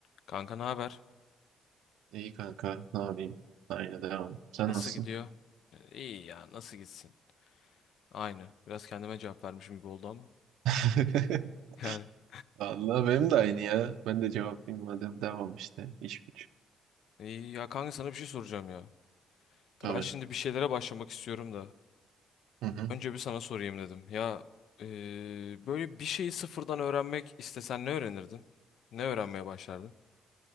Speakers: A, on the left; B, on the right.
A: Kanka ne haber?
B: İyi kanka, ne yapayım? Aynı devam. Sen
A: Nasıl
B: nasılsın?
A: gidiyor? E, İyi ya nasıl gitsin? Aynı. Biraz kendime cevap vermişim gibi oldu ama.
B: <laughs>
A: <laughs>
B: Allah benim de aynı ya. Ben de cevaplayayım madem devam işte. İş güç.
A: Yani iyi ya kanka sana bir şey soracağım ya.
B: Tabii.
A: Ya ben şimdi bir şeylere başlamak istiyorum da.
B: Hı hı.
A: Önce bir sana sorayım dedim. Ya e, böyle bir şeyi sıfırdan öğrenmek istesen ne öğrenirdin? Ne öğrenmeye başlardın?